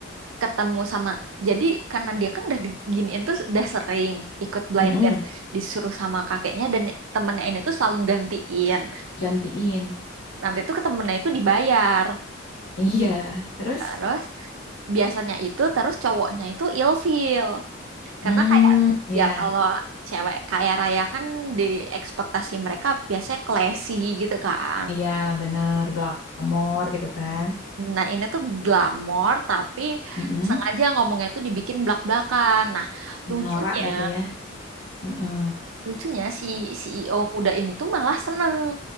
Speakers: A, on the right; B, on the left.
A: ketemu sama jadi karena dia kan udah diginiin tuh udah sering ikut blind
B: Heeh.
A: date disuruh sama kakeknya dan temennya ini tuh selalu gantiin.
B: Gantiin.
A: nanti itu ke temennya itu dibayar
B: Iya, terus
A: terus biasanya itu terus cowoknya itu ilfeel karena
B: Hmm,
A: kayak
B: ya,
A: ya kalau cewek kaya raya kan di ekspektasi mereka biasanya classy gitu kan
B: iya bener glamor gitu kan.
A: nah ini tuh glamor tapi
B: Mm-mm.
A: sengaja ngomongnya tuh dibikin blak-blakan nah lucunya
B: norak gitu ya. Mm-mm.
A: lucunya si CEO muda ini tuh malah seneng